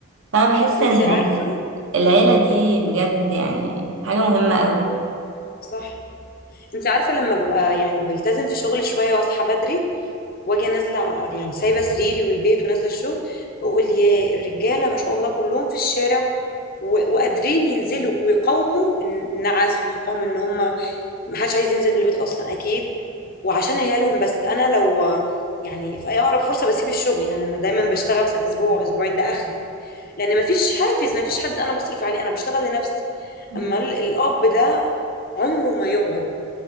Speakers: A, on the right; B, on the left.
A: فانا بحس
B: انت
A: ان
B: عارفة
A: العيلة دي بجد يعني حاجة مهمة
B: صح انت عارفه لما ببقى يعني بلتزم في شغلي شويه واصحى بدري واجي نازله يعني سايبه سريري والبيت ونازله الشغل بقول يا الرجاله ما شاء الله كلهم في الشارع و- وقادرين ينزلوا ويقاوموا النعس ويقاوموا ان هم محدش عايز ينزل من البيت اصلا اكيد وعشان عيالهم بس انا لو يعني في اي اقرب فرصه بسيب الشغل يعني انا دايما بشتغل مثلا اسبوع اسبوعين ده اخري لان مفيش حافز مفيش حد انا بصرف عليه انا بشتغل لنفسي
A: قوي
B: اما ال- الاب ده عمره ما يقعد